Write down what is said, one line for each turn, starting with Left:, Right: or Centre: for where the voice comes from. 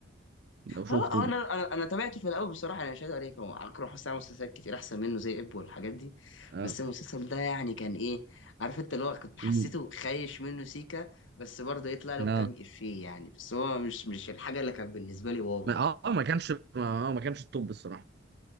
Right: لو شفته
Left: اه آه،
Right: انت
Left: انا انا انا تابعته في الاول بصراحه يعني مش هكدب عليك هو اكرم حسني عمل مسلسلات كتير احسن منه زي اب والحاجات دي
Right: اه
Left: بس المسلسل ده يعني كان ايه عارف انت اللي هو كنت حسيته
Right: امم.
Left: خايش منه سيكا بس برضه يطلع له
Right: اه
Left: كام افيه يعني بس هو مش مش الحاجه اللي كانت بالنسبه لي واو
Right: ما-
Left: يعني
Right: اه ما كانش ما- اه ما كانش التوب الصراحة